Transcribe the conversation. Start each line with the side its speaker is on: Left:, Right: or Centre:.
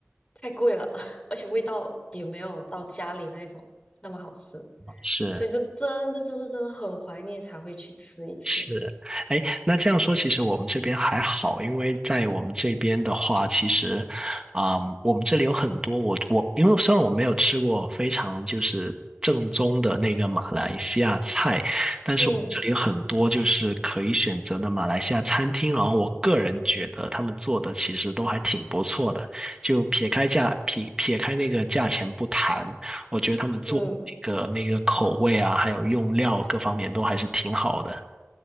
Left: 太贵了，<laughs> 而且味道也没有到家里那一种那么好吃，
Right: 是。
Left: 所以就真的真的真的很怀念才会去吃一次。
Right: 是，哎，那这样说，其实我们这边还好，因为在我们这边的话，其实，嗯，我们这里有很多我我，因为虽然我没有吃过非常就是正宗的那个马来西亚菜，但是我们这里有很多就是可以选择的马来西亚餐厅，
Left: 嗯
Right: 然后我个人觉得他们做的其实都还挺不错的，就撇开价撇撇开那个价钱不谈，我觉得他们做。
Left: 嗯，
Right: 那个那个口味啊，还有用料各方面都还是挺好的。